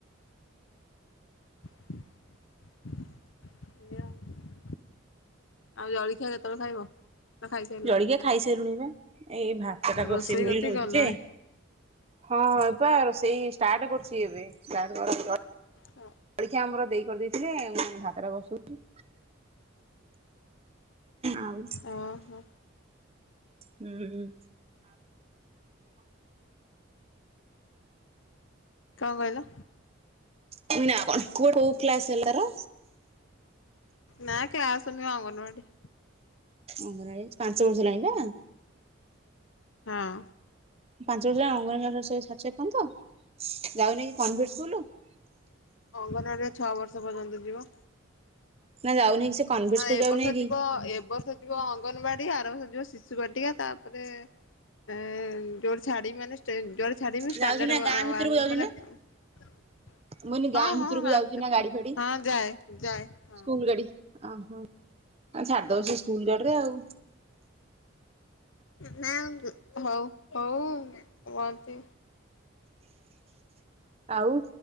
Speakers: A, on the left; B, on the right.
A: <unintelligible> ଆଉ ଜଳଖିଆ କେତେବେଳେ ଖାଇବ? ନା ଖାଇସାରିଲଣି?
B: ଜଳିଖିଆ ଖାଇସାରିଲୁଣି ବା, ଏଇ ଭାତ ଟା ବସେଇବୁ
A: ରୋଷେଇ କତିକି
B: ବୋଲି ନଉଛି
A: ଗଲଣି
B: ଯେ ହଁ ବା ସେଇ ଷ୍ଟାର୍ଟ କରୁଛି ଏବେ, ତାର ଗରମ ଦହି
A: ହଁ।
B: ଜଳିଖିଆ ଆମର ଦେଇ କରିଦେଇଥିଲେ, ମୁଁ ଭାତଟା ବସଉଛି। ଆଉ
A: ଓହୋ
B: ହୁଁ।
A: କଣ କହିଲ?
B: ମୁଁ କହିଲି ଆଉ କଣ, କୁଅ କୋଉ କ୍ଲାସ ହେଲା ତାର?
A: ନା କ୍ଲାସ୍ ନୁହେଁ ଅଙ୍ଗନବାଡି।
B: ଅଙ୍ଗରାଇଜ୍ ପାଞ୍ଚ ବର୍ଷ ହେଲାଣି ବା?
A: ହଁ।
B: <unintelligible>
A: ଅଙ୍ଗନବାଡ଼ିଆ ଛଅ ବର୍ଷ ପର୍ଯ୍ୟନ୍ତ ଯିବ।
B: ନା ଯାଉନହିଁ ସେ କନଭେଟ
A: ନା
B: ସ୍କୁଲ
A: ଏବସ
B: ଯାଉନି କି?
A: ଜିବ ଏବସଜିବ ଅଙ୍ଗନବାଡି ଆର ବସଜିବ ଶିଶୁ ବାଟିକା ତାପରେ ଏ ଜୋର ଛାଡି ମାନେ ଜୋର ଛାଡି ମାନେ
B: ଯାଉଛି ନା ଗାଁ
A: ଆ
B: ଭିତରକୁ
A: ୱାନ
B: ଯାଉଛି
A: ହଁ
B: ନା? ମୁଁ କହିନି ଗାଁ ଭିତରକୁ
A: ହଁ ଗାଁ
B: ଯାଉଛି
A: ଭିତରେ
B: ନା ଗାଡି
A: ବି
B: ଫାଡି
A: ହଁ ଯାଏ ଯାଏ ହଁ।
B: ସ୍କୁଲ ଗାଡି ଓହୋ ଛାଡିଦ ବସ ସ୍କୁଲ ଗଡରେ ଆଉ।
A: ହଁ ହଉ ହଉ ଭଲତି
B: ଆଉ।